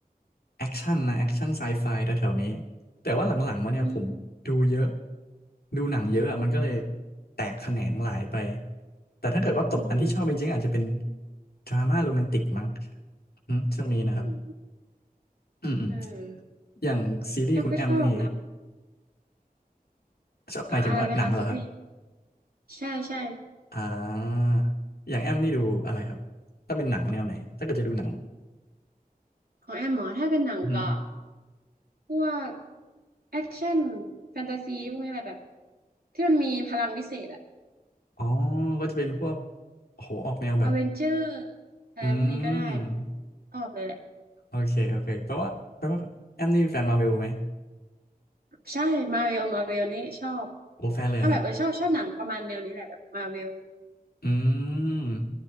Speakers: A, on the left; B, on the right.
A: แอคชั่นนะแอคชั่นไซไฟแถวๆนี้แต่ว่าหลังๆมาเนี่ยผมดูเยอะ
B: อืม
A: ดูหนังเยอะอะมันก็เลยแตกแขนงหลายไปแต่ถ้าเกิดว่าตกอันที่ชอบจริงๆอาจจะเป็น
B: อืม
A: ดราม่าโรแมนติกมั้งอืมช่วงนี้นะครับ
B: อืม
A: อืมอืม
B: เออ
A: อย่างซีรีส์คุณแอมนี่
B: แอมก็ชอบนะ
A: ชอบหมายถึงว่าหนังเหรอครับ
B: เอ่ออะไรนะคะซีรีส์ใช่ใช่
A: อ่า อย่างแอมนี่ดูอะไรครับ ถ้าเป็นหนังแนวไหน ถ้าเกิดจะดูหนัง
B: ของแอมหมอถ้าเป็นหนังก็
A: อือหือ
B: พวกแอคชั่นแฟนตาซีพวกนี้แหละแบบที่มันมีพลังวิเศษอะ
A: อ๋อก็จะเป็นพวกโอ้โหออกแนวแบบ
B: อเวนเจอร์อะไรพวกนี้ก็ได้
A: อืม
B: ชอบเลยแหละ
A: โอเค โอเคแปลว่าแปลว่าแอมนี่เป็นแฟนมาร์เวลไหม
B: ใช่มาเวลมาเวลนี่ชอบ
A: โอ้แฟนเลยเหรอครับ
B: ถ้าแบบเออชอบชอบหนังประมาณแนวนี้แหละแบบมาเวล
A: อืม